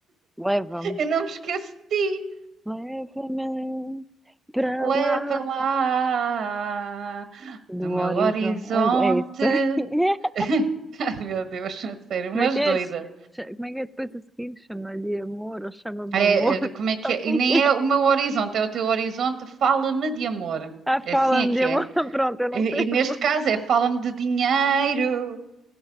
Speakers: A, in the centre; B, on the right (about 70°).
A: leva-me.
B: <laughs> eu não me esqueço de ti.
A: Leva-me para
B: Leva
A: lá
B: lá
A: do
B: do meu
A: horizonte.
B: horizonte.
A: É, é isso.
B: <laughs>
A: <laughs>
B: Ai, meu Deus, <laughs> a sério,
A: Como
B: umas
A: é que é?
B: doidas.
A: Cha- Como é que é depois a seguir? Chama-lhe amor ou chama-me
B: É,
A: amor? <laughs>
B: é, como é que
A: O
B: é?
A: que
B: E nem
A: é que
B: é
A: é?
B: o meu horizonte, é o teu horizonte. Fala-me de amor.
A: Ah,
B: É
A: fala-me
B: assim é que
A: de amor.
B: é.
A: <laughs> Pronto, eu não
B: E,
A: sei
B: e neste
A: amor.
B: caso é fala-me de dinheiro.